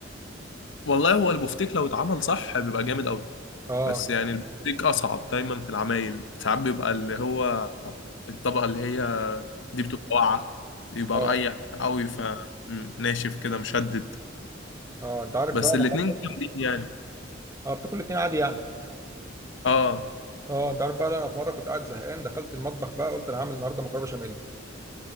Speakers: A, on the left; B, on the right.
A: والله هو البفتيك لو اتعمل صح بيبقى جامد قوي
B: اه
A: بس يعني البفتيك اصعب دايما في العمايل ساعات بيبقى اللي هو الطبقة اللي هي دي بتبقى واقعة يبقى
B: اه
A: رقيق قوي فناشف كده مشدد
B: اه انت عارف
A: بس
B: بقى انا
A: الاتنين
B: مره
A: جامدين يعني
B: اه بتاكل الاتنين عادي يعني
A: اه
B: اه انت عارف بقى انا في مره كنت قاعد زهقان دخلت المطبخ بقى قلت انا هعمل النهارده مكرونه بشاميل